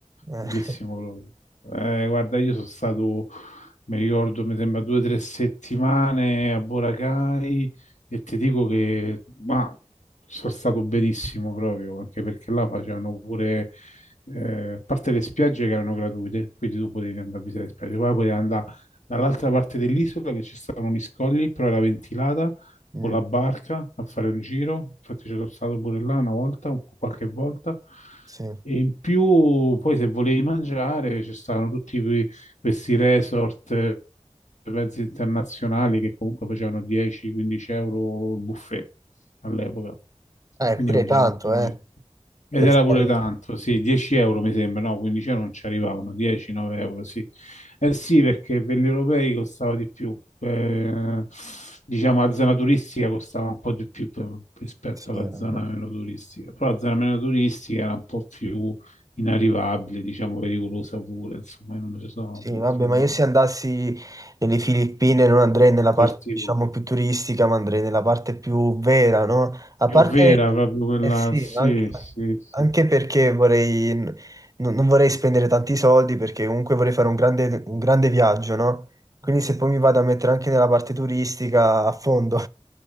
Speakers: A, on the right; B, on the left.
A: Eh,
B: Bellissimo proprio. Eh, guarda, io sono stato, mi ricordo, mi sembra due o tre settimane a Boracay e ti dico che ma, sono stato benissimo proprio, anche perché là facevano pure, eh, a parte le spiagge che erano gratuite, quindi tu potevi andare a visitare le spiagge, poi potevi andare dall'altra parte dell'isola che ci stavano gli scogli, però era ventilata
A: mm,
B: con la barca a fare un giro, infatti c'ero stato pure là una volta, un- qualche volta,
A: sì.
B: e in più poi se volevi mangiare ci stavano tutti que- questi resort, eh, mezzi internazionali che comunque facevano 10-15 euro il buffet all'epoca,
A: Eh,
B: e quindi
A: pure
B: mangiavi
A: tanto,
B: quanto volevi.
A: eh,
B: Ed
A: per
B: era
A: stare...
B: pure tanto, sì, 10 euro mi sembra, no, 15 euro non ci arrivavano, 10, 9 euro, sì. Eh sì, perché per gli europei costava di più, eh, diciamo la zona turistica costava un po' di più per- rispetto
A: Sì,
B: alla
A: vabbè.
B: zona meno turistica, però la zona meno turistica era un po' più inarrivabile, diciamo pericolosa pure, insomma, io non me ci sono
A: Sì,
B: avventurato
A: vabbè, ma io
B: tanto.
A: se andassi nelle Filippine non andrei nella parte,
B: Certo, tipo.
A: diciamo, più turistica, ma andrei nella parte più vera, no? A
B: Più
A: parte,
B: vera, proprio quella,
A: eh sì,
B: sì,
A: ma anche,
B: sì, sì,
A: anche perché vorrei, n- non vorrei spendere tanti soldi, perché comunque vorrei fare un grande, un grande viaggio, no? Quindi se poi mi vado a mettere anche nella parte turistica, a fondo.